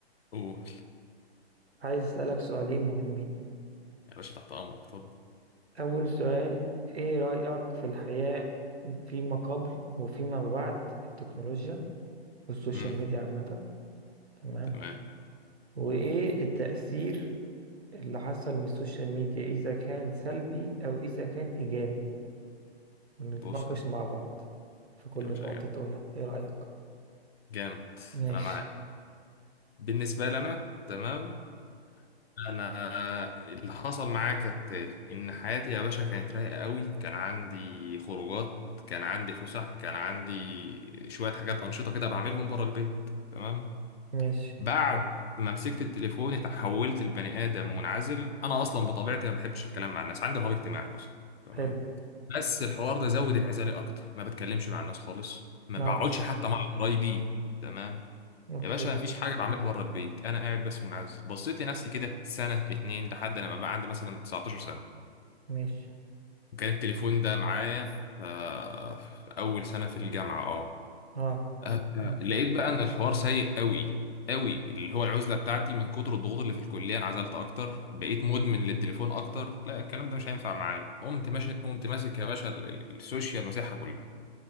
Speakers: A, on the left; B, on the right.
A: اوه
B: عايز اسالك سؤالين مهمين
A: يا باشا تحت امرك اتفضل
B: اول سؤال ايه رايك في الحياه فيما قبل وفيما بعد التكنولوجيا والسوشيال
A: امم
B: ميديا عامه تمام
A: تمام
B: وايه التاثير اللي حصل من السوشيال ميديا اذا كان سلبي او اذا كان ايجابي ونتناقش
A: بص يا سيدي
B: مع بعض في كل
A: يا باشا
B: نقطه
A: جامد
B: تقولها ايه رايك
A: جامد
B: ماشي
A: انا معاك بالنسبه لي انا تمام انا اللي حصل معايا كالتالي ان حياتي يا باشا كانت رايقه قوي كان عندي خروجات كان عندي فسح كان عندي شويه حاجات انشطه كده بعملهم بره البيت تمام
B: ماشي
A: بعد ما مسكت التليفون اتحولت لبني ادم منعزل انا اصلا بطبيعتي ما بحبش الكلام مع الناس عندي رهاب اجتماعي اصلا تمام
B: حلو
A: بس الحوار ده زود انعزالي اكتر ما بتكلمش مع الناس خالص ما
B: نعم
A: بقعدش حتى مع قرايبي تمام
B: اوكي
A: يا باشا مفيش حاجه بعملها بره البيت انا قاعد بس منعزل بصيت لنفسي كده سنه اتنين لحد لما بقى عندي مثلا 19 سنه
B: ماشي
A: كان التليفون ده معايا في, في اول سنه في الجامعه اه
B: نعم
A: آه،
B: مم.
A: لقيت بقى ان الحوار سيء قوي قوي اللي هو العزله بتاعتي من كتر الضغوط اللي في الكليه انعزلت اكتر بقيت مدمن للتليفون اكتر لا الكلام ده مش هينفع معايا قمت ماشي قمت ماسك يا باشا ال- ال- السوشيال مساحه كلها